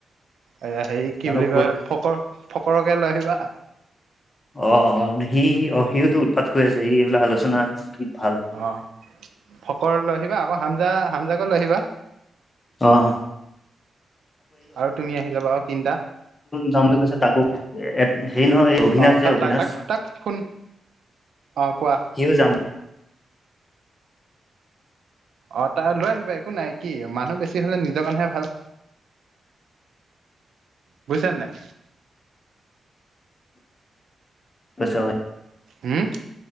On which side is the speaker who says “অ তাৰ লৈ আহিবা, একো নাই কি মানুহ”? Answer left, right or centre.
Right